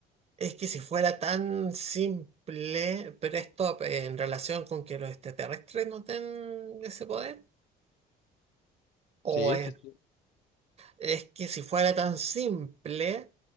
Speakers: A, on the right; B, on the left.
A: Es que si fuera tan simple, pero esto eh, en relación con que los extraterrestres no tengan ese poder, o
B: Sí,
A: es,
B: sí, sí.
A: es que si fuera tan simple,